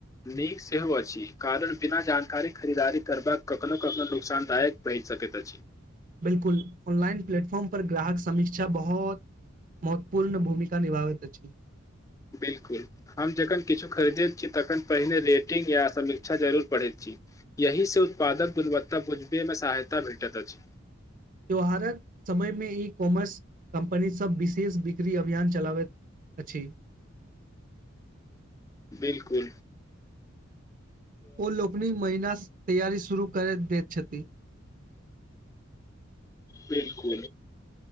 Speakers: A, on the left (about 15°); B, on the right (about 40°).
A: नीक सेहो अछि कारण बिना जानकारी खरीदारी करबाक कखनो कखनो नुकसानदाय भहि सकैत अ
B: बिल्कुल ऑनलाइन प्लेटफॉर्म पर ग्राहक समीक्षा बहो महत्वपूर्ण भूमिका निभाबैत अछ
A: बिल्कु हम जखन किछु खरीदैत छी तखन पहिने रेटिंग या समीक्षा जरूर पढ़ैत छ यही से उत्पादक गुणवत्ता बुजबेमे सहायता भेटता अछ
B: त्यौहारक समय मे ई कॉमर् कम्पनी सब विशेष बिक्री अभियान चलाबैत अछ
A: बिल्कु
B: ओ लोकनि महिना तैयारी शुरू करय दैत छथ
A: बिल्कु